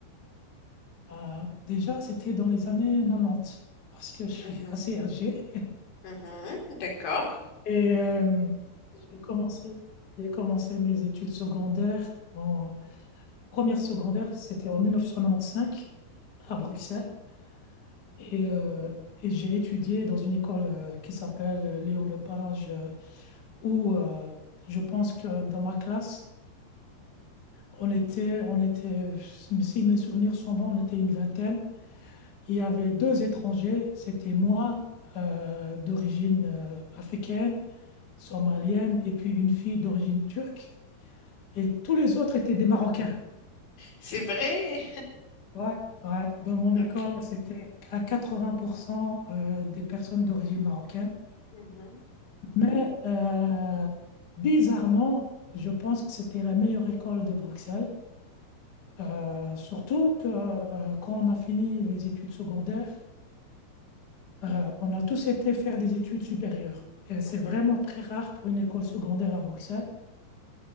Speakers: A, on the left; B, on the left.
A: Ah, déjà, c'était dans les années 90, parce que je suis
B: mhm,
A: <laughs> assez âgé.
B: mhm, mhm. D'accord.
A: Et euh, j'ai commencé, j'ai commencé mes études secondaires. En première secondaire, c'était en 1995 à Bruxelles. Et, euh, et j'ai étudié dans une école euh, qui s'appelle euh, Léon Lepage, euh, où euh, je pense que dans ma classe, on était, on était, si mes souvenirs sont bons, on était une vingtaine. Il y avait deux étrangers, c'était moi, euh, d'origine euh, africaine, somalienne, et puis une fille d'origine turque. Et tous les autres étaient des Marocains.
B: C'est vrai.
A: Ouais, ouais. Dans mon
B: Ok.
A: école, c'était à 80% euh, des personnes d'origine marocaine.
B: Mhm,
A: Mais euh, bizarrement, je pense que c'était la meilleure école de Bruxelles. Euh, surtout que euh, quand on a fini les études secondaires, Euh, on a tous été faire des études supérieures. Et c'est
B: mhm.
A: vraiment très rare pour une école secondaire à Bruxelles.